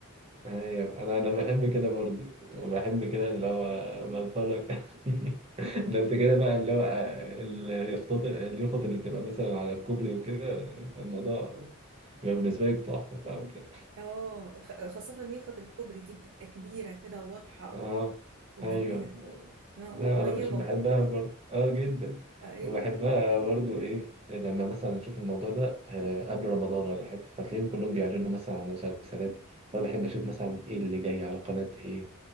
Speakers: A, on the right; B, on the right.
A: ايوه انا انا بحب كده برضه وبحب كده اللي هو بتفرج <laughs> ده انت كده بقى اللي هو آه، اليافطات اليافط اللي بتبقى مثلا على الكوبري وكده الموضوع بيبقى بالنسبة لك تحفة بقى وكده
B: اه خ- خاصة يافطة الكوبري دي بتبقى كبيرة كده وواضحة
A: اه
B: و- وجميلة
A: ايوه
B: اه اه
A: لا
B: وقريبة
A: انا بش بحبها برضه اه جدا
B: ايوه
A: وبحبها برضه ايه لما مثلا اشوف الموضوع ده آه، قبل رمضان ولا حاجه فتلاقيهم كلهم بيعلنوا مثلا عن مسلسلات فانا بحب اشوف مثلا ايه اللي جاي على قناه ايه